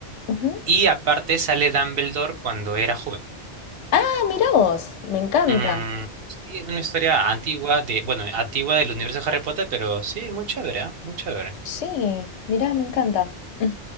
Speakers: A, on the left (about 80°); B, on the right (about 60°).
A: ujú.
B: Y aparte sale Dumbledore cuando era joven.
A: Ah, mirá vos. Me encanta.
B: Mm, sí, es una historia antigua de, bueno, antigua del universo de Harry Potter, pero sí, muy chévere, ¿ah? Muy chévere.
A: Sí, mirá, me encanta. Ujú.